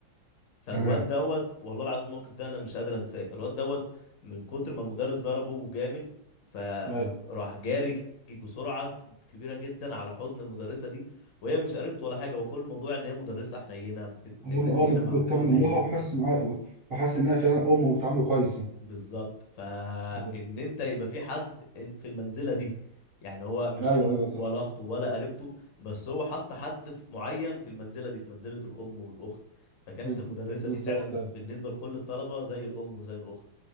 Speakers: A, on the left; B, on the right.
A: فالواد
B: تمام
A: دوت والله العظيم الموقف ده انا مش قادر انساه فالواد دوت من كتر ما المدرس ضربه جامد فراح
B: ايوه
A: جاري ك- بسرعه ك- كبيره جدا على حضن المدرسه دي وهي مش قريبته ولا حاجه وكل الموضوع ان هي مدرسه حنينه بتبقى
B: هما
A: حنينه
B: اه مت-
A: مع
B: مطمن
A: كل العيال
B: لها وحاسس معاه وحاسس انها فعلا ام وبتعامله كويس يعني
A: بالظبط فان
B: ايوه
A: انت يبقى في حد إن- في المنزله دي يعني هو مش
B: ايوه
A: امه
B: ايوه
A: ولا
B: صح
A: اخته ولا قريبته بس هو حط حد في- معين في المنزله دي في منزله الام والاخت فكانت
B: بز-
A: المدرسه
B: بالظبط
A: دي فعلا
B: ايوه
A: بالنسبه لكل الطلبه زي الام وزي الاخت